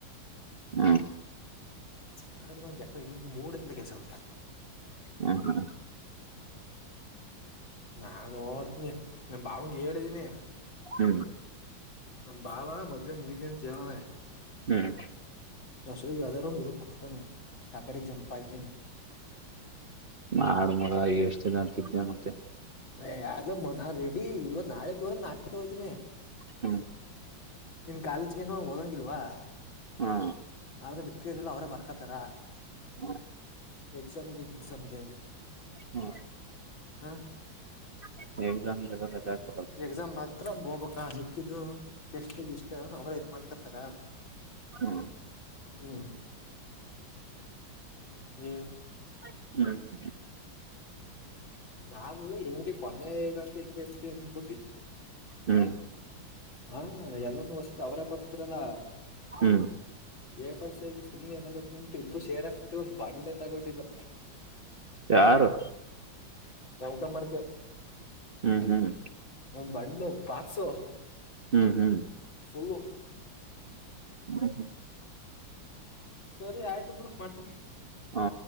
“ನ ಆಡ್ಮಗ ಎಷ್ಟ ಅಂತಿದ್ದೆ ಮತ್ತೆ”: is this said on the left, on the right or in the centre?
Right